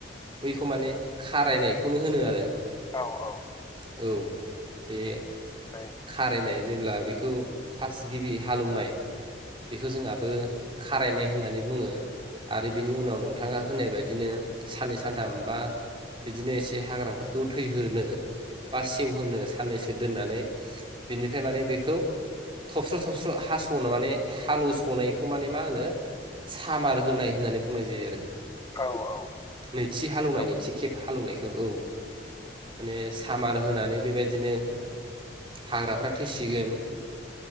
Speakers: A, on the right; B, on the left.
A: बैखौ माने खारायनायखौनो होनो आरो
B: औ औ।
A: औ बे
B: <unintelligible>
A: खारायनाय जेला बेखौ फास गिबि हालेवनाय बेखौ जोंआबो खारायनाय होननानै बुङो। आरो बिनि उनाव नोंथाङा होनाय बायदिनो साननै सानथाम बा बिदिनो एसे हाग्राफोरखौ थैहोनो बा सेवहोनो साननैसो दोननानै बिनिफ्राय माने बेखौ थबस्र' थबस्र' हास'नो माने हाल'सनायखौ माने मा होनो सामार होनाय होननानै बुंनाय जायो आरो
B: औ औ।
A: नैथि हालेवनाय
B: जोंनावबो
A: नैथि खेब हालेवनायखौ औ। माने सामार होनानै बेबायदिनो हाग्राफ्रा थैसिगोन